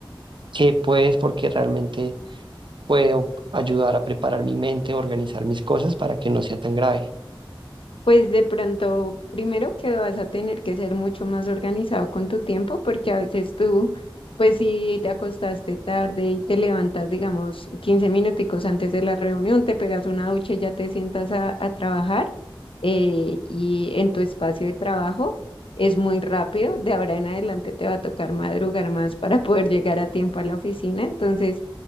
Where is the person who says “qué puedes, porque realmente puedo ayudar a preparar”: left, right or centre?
Right